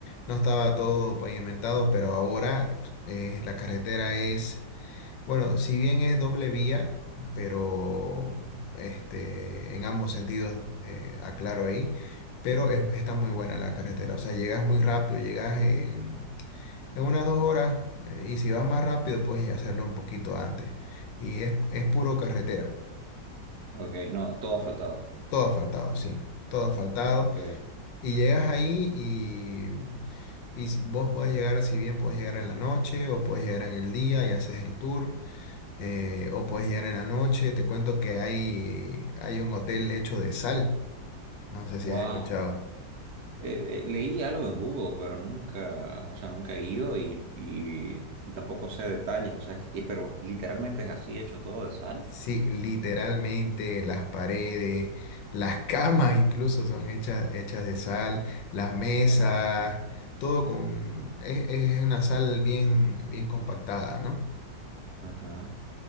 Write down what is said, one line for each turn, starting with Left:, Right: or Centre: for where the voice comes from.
Left: no estaba todo pavimentado, pero ahora eh, la carretera es Bueno, si bien es doble vía, pero este, en ambos sentidos, eh, aclaro ahí, pero es- está muy buena la carretera. O sea, llegas muy rápido, llegas en, en unas dos horas, eh, y si vas más rápido, puedes hacerlo un poquito antes. Y es, es puro carretera,
Right: Ok, no, todo ha faltado.
Left: todo asfaltado, sí, todo asfaltado.
Right: Ok,
Left: Y llegas ahí y, y si- vos podés llegar, si bien podés llegar en la noche o podés llegar en el día y haces el tour. eh, o puedes llegar en la noche. Te cuento que hay, hay un hotel hecho de sal. No sé si
Right: wow.
Left: has escuchado.
Right: Eh, eh, leí algo en Google, pero nunca, o sea, nunca he ido y, y, y tampoco sé detalles, o sea, es- eh, pero literalmente es así hecho todo de sal.
Left: Sí, literalmente las paredes, las <laughs> camas incluso son hechas, hechas de sal, las mesas,
Right: Wow,
Left: todo con... Es, es una sal bien, bien compactada, ¿no?
Right: ajá,